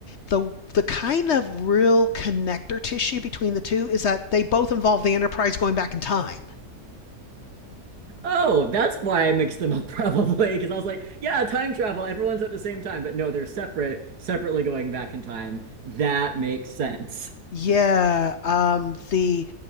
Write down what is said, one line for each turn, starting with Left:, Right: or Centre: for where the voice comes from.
Left: The, the kind of real connector tissue between the two is that they both involve the Enterprise going back in time.
Right: Oh, that's why I mixed them up <laughs> probably because I was like, yeah, time travel, everyone's at the same time, but no, they're separate, separately going back in time. That makes sense.
Left: Yeah, um, the